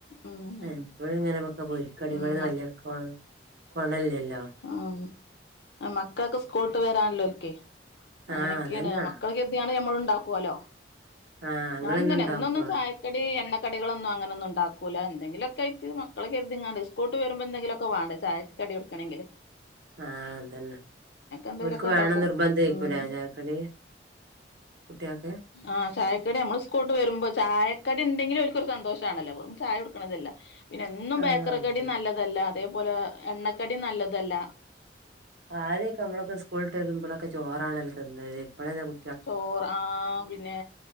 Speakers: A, on the left (about 65°); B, on the right (about 60°).
A: ഉം
B: എപ്പോഴും എങ്ങനെ വയ്ക്കുമ്പോ ഈ കടികള്
A: ഉം മക്ക
B: വലിയവർക്കു കോണമില്ലല്ലോ
A: ഉം മക്കളൊക്കെ സ്കൂൾ വിട്ട് വരാനൊക്കെ അങ്ങനൊക്കെയാണ്
B: ആഹ് അതന്നെ
A: മക്കളക്കെ ഞമ്മൾ ഉണ്ടാക്കല്ലോ
B: ആഹ് നിങ്ങളെന്നും
A: ഞാനും തന്നെ
B: ഉണ്ടാക്കുവോ
A: എന്ന് ഒന്നും ചായ ഇവര് എണ്ണടികളൊന്നും അങ്ങനൊന്നും ഉണ്ടാക്കൂല എന്തെങ്കിലൊക്കെ ആയിട്ട് മക്കളെ കരുതിക്കണ്ട് സ്കൂൾ വിട്ട് വരുമ്പോൾ എന്തെങ്കിലുമൊക്കെ വേണ്ടേ ചായക്ക് കടി കൊടുക്കണമങ്കിൽ
B: ആഹ അത് തന്നെ
A: എന്തെങ്കിലുമൊക്കെ
B: ഓല്ക്ക് വേണം
A: ഉണ്ടാക്കും
B: എന്ന് നിർബന്ധമായിരിക്കുലെ
A: ഉം
B: ചായക്കടി കുട്ടികൾക്ക്
A: ആഹ ചായക്കടി നമ്മള് സ്കൂള് വിട്ട് വരുമ്പോ ചായക്കടി ഉണ്ടെങ്കിലും അവർക്ക് ഒരു സന്തോഷമാണല്ലോ വെറും ചായ ക്കതല്ല പിന്നെ എന്നും
B: ആഹ്
A: ബേക്കറിക്കടിം
B: അതന്നെ
A: നല്ലതല്ല അതേപോലെ എണ്ണക്കടിം നല്ലതല്ല
B: ആദ്യോക്കെ നമ്മളൊക്കെ സ്കൂള്ട്ട് വരുമ്പോളക്കെ ചോറാണല്ലോ തിന്നല് ഇപ്പോഴല്ല കു
A: ചോറ് ആഹ് പിന്നെ